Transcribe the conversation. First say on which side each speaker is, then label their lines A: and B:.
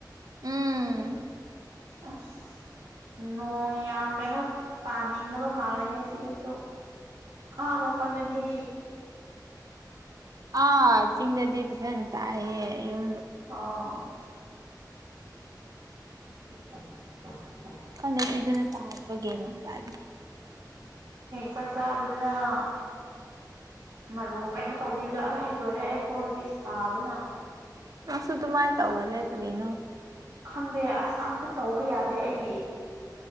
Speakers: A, on the right (about 55°); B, on the right (about 80°).
A: ꯎꯝ
B: ꯑꯁ ꯅꯣꯡ ꯌꯥꯝ ꯀꯩꯅꯣ ꯄꯥꯅꯤꯡꯗꯕ ꯃꯥꯜꯂꯦ ꯍꯥꯏꯁ ꯁꯤꯗꯁꯨ ꯑꯥ ꯃꯈꯣꯟꯗꯗꯤ
A: ꯑꯥ ꯆꯤꯡꯗꯗꯤ ꯐꯖꯟ ꯇꯑꯌꯦꯦ ꯌꯨꯝ
B: ꯑ <unintelligible>
A: ꯀꯟꯗꯀꯤꯤꯗꯨꯅ ꯇꯥꯔꯨꯕꯒꯦꯝꯃꯦ ꯀꯜꯂꯤꯦ
B: ꯆꯛꯁꯕꯗꯅ ꯃꯔꯣꯛ ꯀꯩꯅꯣ ꯇꯧꯕꯤꯕꯗꯣ ꯑꯍꯩ ꯂꯣꯏꯔꯦ ꯑꯩꯈꯣ ꯍꯧꯖꯤꯛ ꯁꯥꯕꯅ
A: ꯑꯁꯨ ꯑꯗꯨꯃꯥꯏꯅ ꯇꯧꯒꯂꯦ ꯀꯔꯤꯅꯣ
B: ꯈꯪꯗꯦ ꯑꯁ ꯑꯝꯇ ꯇꯧꯕ ꯌꯥꯗꯦ ꯑꯩꯒꯤ